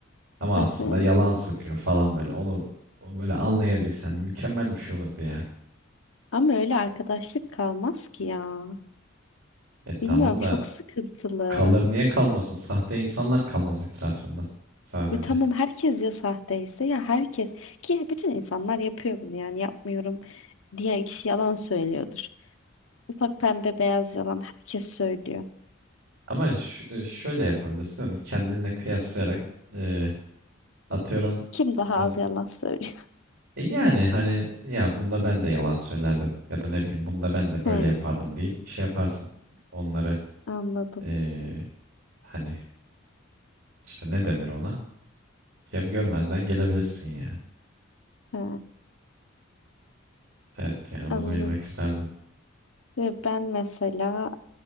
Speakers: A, on the right; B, on the left.
A: ama
B: <laughs>
A: aslında yalan sıkıyor falan böyle. Onu böyle anlayabilsen mükemmel bir şey olurdu ya.
B: Ama öyle arkadaşlık kalmaz ki ya.
A: E tamam
B: Bilmiyorum
A: da
B: çok sıkıntılı.
A: kalır niye kalmasın? Sahte insanlar kalmaz etrafında sadece.
B: Ve tamam herkes ya sahteyse ya herkes ki bütün insanlar yapıyor bunu yani yapmıyorum diyen kişi yalan söylüyordur. Ufak pembe beyaz yalan herkes söylüyor.
A: Ama ş- e, şöyle yapabilirsin hani kendinle kıyaslayarak e, atıyorum
B: Kim daha
A: e,
B: az yalan söylüyor? <laughs>
A: e, yani hani ya bunda ben de yalan söylerdim ya da ne bileyim bunda ben de böyle
B: Hmm,
A: yapardım deyip şey yaparsın. Onları
B: anladım.
A: e, hani işte ne denir ona? ya görmezden gelebilirsin ya.
B: Ha,
A: Evet yani
B: anladım.
A: bunu bilmek isterdim.
B: Ve ben mesela